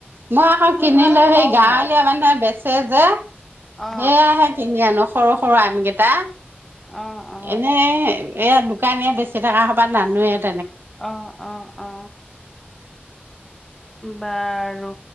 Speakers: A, on the right; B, in the centre.
A: মই আকৌ কিনিলো
B: ভাল খোৱাও
A: সেই গাঁৱলীয়া
B: ভাল
A: মানুহে বেছ চে যে
B: অ
A: সেয়াহে কিনি আনো সৰু সৰু আম কেইটা
B: অ অ
A: এনে এয়া দোকানীয়ে বেছি থকা হুপা নানুৱে
B: অ অ অ বাৰু।